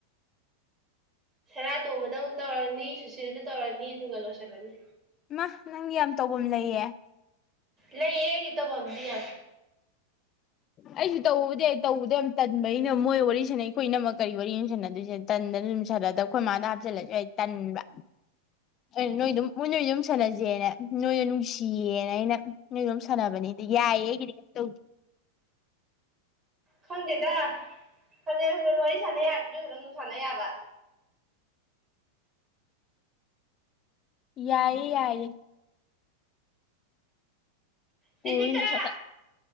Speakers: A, on the right; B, on the left.
A: ꯁꯦꯔꯥ ꯇꯣꯝꯕꯗ ꯑꯃꯨꯛ ꯇꯧꯔꯅꯤ ꯁꯤ ꯁꯤꯗꯗ ꯇꯧꯔꯅꯤ ꯑꯗꯨꯒ ꯂꯣꯏꯁꯤꯜꯂꯅꯤ
B: ꯏ ꯅꯪꯒꯤ ꯌꯥꯝ ꯇꯐꯝ ꯂꯩꯌꯦ
A: ꯂꯩ ꯑꯦꯒꯤꯇ ꯄꯗꯤ ꯑ
B: ꯑꯩꯁꯨ ꯇꯧꯕꯕꯨꯗꯤ ꯑꯩ ꯇꯧꯕꯗ ꯌꯥꯝ ꯇꯟꯕꯅꯤꯅ ꯃꯣꯏ ꯋꯥꯔꯤ ꯁꯥꯟꯅꯩ ꯑꯩꯈꯣꯏꯅꯃꯛ ꯀꯔꯤ ꯋꯥꯔꯤ ꯌꯦ ꯁꯥꯟꯅꯗꯣꯏꯁꯤꯅ ꯇꯟꯗꯅ ꯑꯗꯨꯝ ꯁꯥꯟꯅꯗꯕ ꯑꯩꯈꯣꯏ ꯃꯥꯥꯗ ꯍꯥꯞꯆꯜꯂꯁꯨ ꯑꯩ ꯇꯟꯕ ꯑꯗꯨ ꯅꯣꯏ ꯑꯗꯨꯝ ꯃꯣꯏ ꯅꯣꯏꯁꯨ ꯑꯗꯨꯝ ꯁꯥꯟꯅꯁꯦꯅ ꯅꯣꯏꯗ ꯅꯨꯡꯁꯤꯌꯦꯅ ꯑꯩꯅ ꯅꯣꯏꯗ ꯑꯗꯨꯝ ꯁꯥꯟꯅꯕꯅꯤꯗ ꯌꯥꯏꯌꯦ ꯑꯩꯒꯤꯗꯤ ꯊ
A: ꯈꯪꯗꯦꯗ ꯐꯖꯤꯦꯟ ꯈꯖ ꯋꯥꯔꯤꯔꯤ ꯁꯥꯟꯅ ꯗꯖꯔꯥꯡ ꯁꯥꯟꯅꯕ
B: ꯌꯥꯏꯌꯦ ꯌꯥꯏ
A: ꯗꯤꯄꯀꯥ
B: ꯀꯣꯜꯗꯨ ꯁꯠ ꯁꯠ